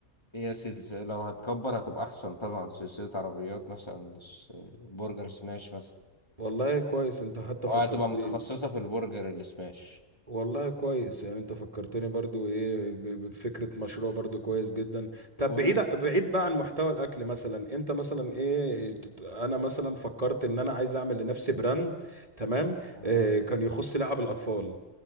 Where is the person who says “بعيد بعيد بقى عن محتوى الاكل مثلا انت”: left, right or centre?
Right